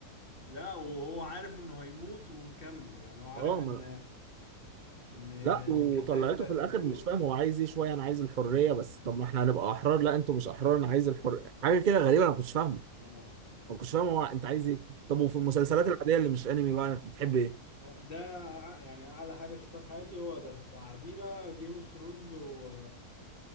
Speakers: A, on the left; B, on the right.
A: لا وهو عارف انه هيموت ومكمل يعني هو عارف
B: اه ما...
A: ان ان
B: لا وطلعته
A: ميكاسا هي اللي
B: في
A: هتقتله
B: الاخر مش فاهم هو عايز ايه شويه انا عايز الحريه بس طب ما احنا هنبقى احرار لا انتوا مش احرار انا عايز الحريه حاجه كده غريبه انا ما كنتش فاهمه
A: اه
B: ما كنتش فاهم هو انت عايز ايه طب وفي المسلسلات
A: ده
B: العاديه اللي مش انمي بقى بتحب ايه
A: ده ع- يعني اعلى حاجه شفتها في حياتي هو ده بعديه بقى جيم اوف ثرونز و